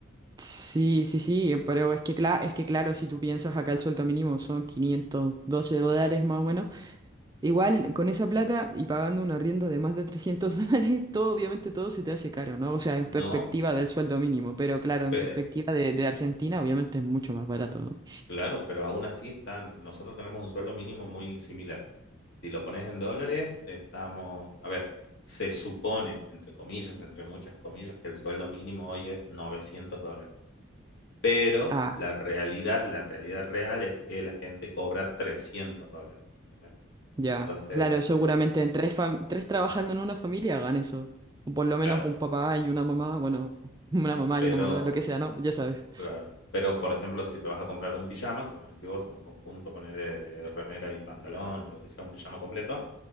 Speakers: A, on the right; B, on the left.
A: Sí, sí, sí, eh, pero es que, cla- es que claro, si tú piensas acá el sueldo mínimo son 512 dólares más o menos, igual con esa plata y pagando un arriendo de más de 300 <laughs> dólares, todo obviamente todo se te hace caro, ¿no? O sea, en
B: No,
A: perspectiva del sueldo mínimo, pero claro, en
B: pe-
A: perspectiva de, de Argentina obviamente es mucho más barato, ¿no?
B: claro, pero aún así están, nosotros tenemos un sueldo mínimo muy similar. Si lo pones en dólares, estamos, a ver, se supone, entre comillas, entre muchas comillas, que el sueldo mínimo hoy es novecientos dólares. pero
A: Ah,
B: la realidad, la realidad real es que la gente cobra 300 dólares, ¿entendés?
A: ya,
B: Entonces,
A: claro, seguramente
B: eh,
A: en tres, fam- tres trabajando en una familia hagan eso, o por lo
B: claro,
A: menos un papá y una mamá, bueno, <laughs> una mamá
B: pero,
A: y una mamá, lo que sea, ¿no? Ya sabes.
B: claro, pero por ejemplo, si te vas a comprar un pijama, como me decís vos, un conjunto, poner de, de remera y pantalón o lo que sea, un pijama completo,